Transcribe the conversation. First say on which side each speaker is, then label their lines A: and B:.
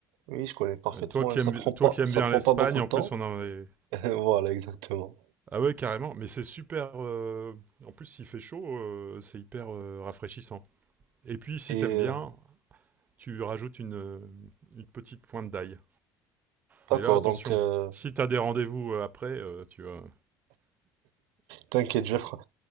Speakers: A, on the right; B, on the right.
A: Oui, je connais parfaitement.
B: Euh, Toi qui
A: et Ça
B: aimes,
A: prend pas
B: toi qui aimes
A: ça
B: bien
A: prend
B: l'Espagne,
A: pas beaucoup de
B: en
A: temps.
B: plus, on en avait...
A: <laughs> Voilà, exactement.
B: Ah ouais, carrément. Mais c'est super... euh, En plus, s'il fait chaud, euh, c'est hyper euh, rafraîchissant. Et puis, si
A: Et
B: t'aimes
A: euh,
B: bien, tu rajoutes une, euh, une petite pointe d'ail.
A: d'accord,
B: Mais là, attention,
A: donc euh,
B: si t'as des rendez-vous euh, après, euh, tu vois.
A: t'inquiète, je vais fra-